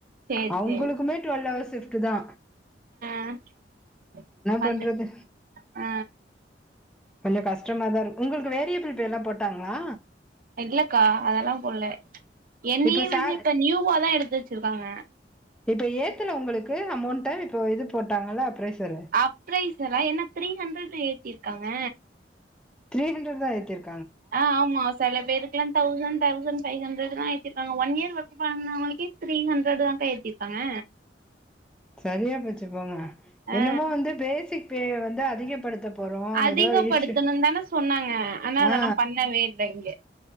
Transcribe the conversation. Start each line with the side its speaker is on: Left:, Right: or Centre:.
Right: சேரி
Centre: அவங்களுக்குமே
Right: சேரி
Centre: டுவெல் ஹவர்ஸ் சிர்க்குதா
Right: அ வந்து
Centre: பண்றது
Right: ஆ
Centre: கொஞ்சோ கஷ்டமாதா இருக்கு உங்களுக்கு வேரியபிள் பேலா போட்டாங்களா
Right: இல்லக்கா அதெல்லா போட்ல என்னயே
Centre: இப்ப சே
Right: வந்து இப்ப நியூவாதா எடுத்து வச்சிருக்காங்க
Centre: இப்போ ஏத்துல உங்களுக்கு அமௌவுண்ட இப்போ இது போட்டாங்கலே பிரேஸ்சரு
Right: அப்ரைஸ் எல்லா என்னா த்ரீ ஹண்ட்ரட் ஏத்திர்காங்க
Centre: த்ரீ ஹண்ட்ரட் தா ஏத்திர்
Right: ஆ ஆமா செல பேருக்லா தௌசண்ட் தௌசண்ட் ஃபை ஹண்ட்ரட் தா ஏத்திருக்காங்க ஒன் இயர் ஒர்க் பண்ணவங்களுக்கே த்ரீ ஹண்ட்ரட்தாக்கா ஏத்திருக்காங்க
Centre: சரியா போச்சு போங்க
Right: ஆ
Centre: என்னமோ வந்து பேசிக் பே வந்து அதிக படுத்த போறோ
Right: அதிகப்படுத்தணும்னு
Centre: ஏதோ ஒரு இஷ்யூ
Right: தான சொன்னாங்க ஆனா அதெல்லா
Centre: ஆ
Right: பண்ணவே இல்ல இங்க